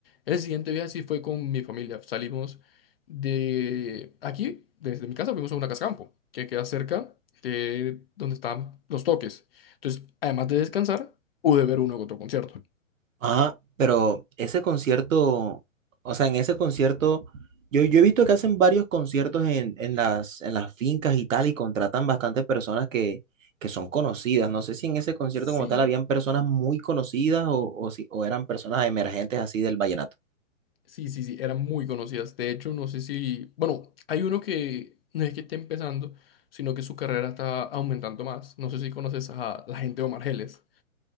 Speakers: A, on the left; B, on the right.
A: El siguiente viaje sí fue con mi familia. Salimos de aquí, desde mi casa, fuimos a una casa campo que queda cerca de donde están los toques. Entonces, además de descansar, pude ver uno que otro concierto.
B: Ah, pero ese concierto, o sea, en ese concierto, yo, yo he visto que hacen varios conciertos en, en las, en las fincas y tal, y contratan bastantes personas que, que son conocidas. No sé si en ese concierto
A: Sí,
B: como tal habían personas muy conocidas o, o, si, o eran personas emergentes así del vallenato.
A: sí, sí, sí, eran muy conocidas. De hecho, no sé si, bueno, hay uno que no es que esté empezando, sino que su carrera está aumentando más. No sé si conoces a la gente de Omar Geles.